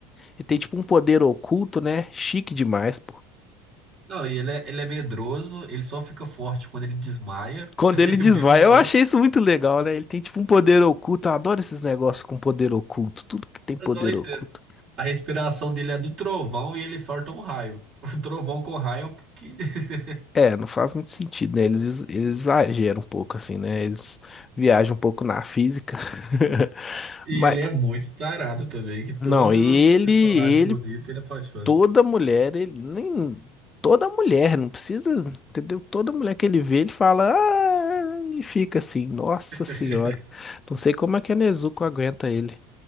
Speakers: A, on the left; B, on the right.
A: ele tem tipo um poder oculto, né? Chique demais, pô.
B: Não, e ele é, ele é medroso, ele só fica forte quando ele desmaia,
A: Quando
B: <laughs>
A: ele desmaia,
B: vira um relâmpago.
A: eu achei isso muito legal, né? Ele tem tipo um poder oculto. Eu adoro esses negócios com poder oculto. Tudo que tem poder
B: Eu só não entendo.
A: oculto.
B: A respiração dele é do trovão e ele solta um raio. O trovão com raio, porque... <laughs>
A: É, não faz muito sentido, né? Eles, ex- eles exageram um pouco, assim, né? Eles viajam um pouco na física. <laughs>
B: E
A: Mas,
B: ele é muito tarado também, que todos
A: não, ele,
B: os personagens
A: ele,
B: bonitos ele apaixona.
A: toda mulher, ele, nem, toda mulher, não precisa, entendeu? Toda mulher que ele vê, ele fala, ah, e fica assim, nossa
B: <laughs>
A: senhora. Não sei como é que a Nezuko aguenta ele.